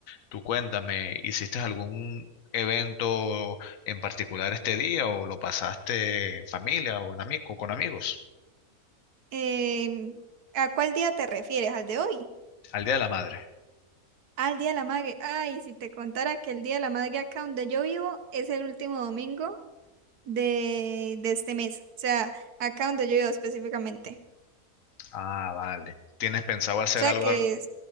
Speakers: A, on the left; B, on the right.
A: Tú cuéntame, ¿hiciste algún evento en particular este día o lo pasaste en familia o en ami- o con amigos?
B: Em, ¿a cuál día te refieres? ¿Al de hoy?
A: Al Día de la Madre.
B: Al Día de la Madre. Ay, si te contara que el Día de la Madre acá donde yo vivo es el último domingo de, de este mes. O sea, acá donde yo vivo específicamente.
A: Ah, vale. ¿Tienes pensado hacer
B: O sea
A: algo
B: que